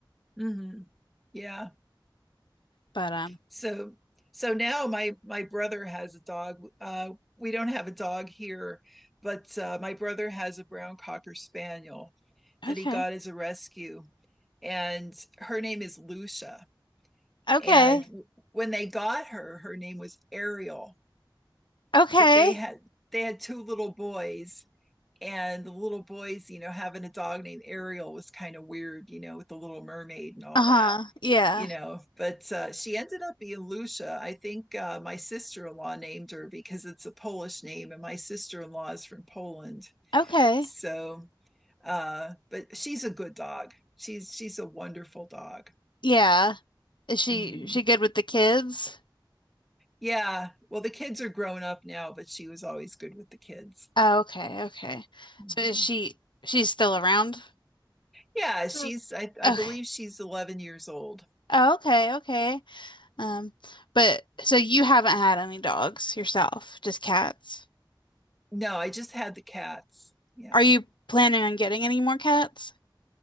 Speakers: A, in the centre; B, on the left.
A: mm-hmm. yeah.
B: But um,
A: So so now my my brother has a dog. Uh, we don't have a dog here, but uh, my brother has a brown cocker spaniel that
B: okay,
A: he got as a rescue, and her name is Lucia.
B: okay,
A: And when they got her, her name was Ariel
B: okay.
A: but they had they had two little boys and the little boys you know having a dog named ariel was kind of weird you know with the little mermaid and all
B: Uh-huh.
A: that
B: Yeah.
A: you know but uh, she ended up being lucia i think uh, my sister-in-law named her because it's a polish name and my sister-in-law is from poland
B: Okay.
A: so uh, but she's a good dog she's she's a wonderful dog
B: Yeah. Is she
A: Mhm.
B: she good with the kids?
A: yeah well the kids are grown up now but she was always good with the kids
B: Oh, okay, okay.
A: Mhm.
B: So is she she's still around?
A: Yeah, she's
B: So,
A: I, I
B: Okay.
A: believe she's 11 years old.
B: Oh, okay, okay. Um, but so you haven't had any dogs yourself, just cats.
A: No, I just had the cats. Yeah.
B: Are you planning on getting any more cats?